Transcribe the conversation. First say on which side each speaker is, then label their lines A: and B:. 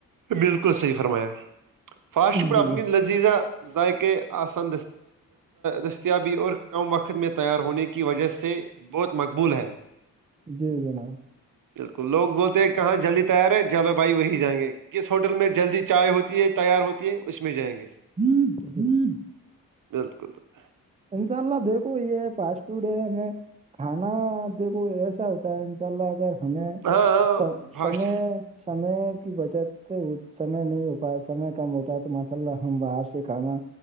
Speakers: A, on the right; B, on the right.
A: بالکل صحیح فرمایا فاسٹ فوڈ پر
B: جی
A: اپنی
B: ج
A: لذیذہ ذائقے آسان دستیابی اور کم وقت میں تیار ہونے کی وجہ سے بہت مقبول ہے
B: جی جناب
A: بالکل لوگ بولتے ہیں کہاں جلدی تیار ہے چلو بھائی وہی جائیں گے کس ہوٹل میں جلدی چائے ہوتی ہے تیار ہوتی ہے اس میں جائیں گے
B: ہوں ہوں <unintelligible>
A: ملت کو <unintelligible>
B: انشاء اللہ دیکھو یہ فاسٹ فوڈ ہے ہمیں کھانا دیکھو ایسا ہوتا ہے انشاء اللہ اگر ہمیں
A: ہاں ہاں
B: سب
A: فاسٹ،
B: سمے سمے کی بچت سمے نہیں ہوتا ہے سمے کم ہوتا ہے تو ماشاء اللہ ہم باہر سے کھانا